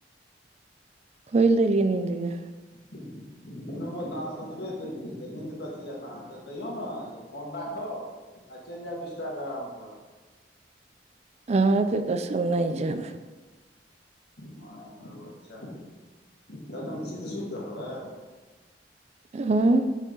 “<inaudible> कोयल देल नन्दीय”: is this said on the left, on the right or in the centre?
Right